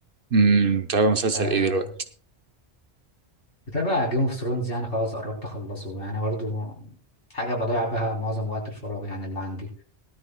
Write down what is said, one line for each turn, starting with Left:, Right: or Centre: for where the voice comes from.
Right: امم بتتابع مسلسل
Left: آه
Right: إيه دلوقتي؟
Left: بتابع جيم اوف ثرونز يعني خلاص قربت أخلصه يعني برضو حاجة بضيع بها معظم وقت الفراغ يعني اللي عندي